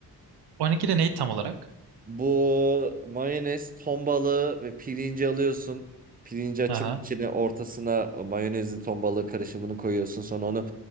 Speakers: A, on the right (about 75°); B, on the right (about 20°).
A: Onigiri neydi tam olarak?
B: Bu mayonez, ton balığı ve pirinci alıyorsun. Pirinci açıp
A: Aha.
B: içine ortasına mayonezli ton balığı karışımını koyuyorsun. Sonra onu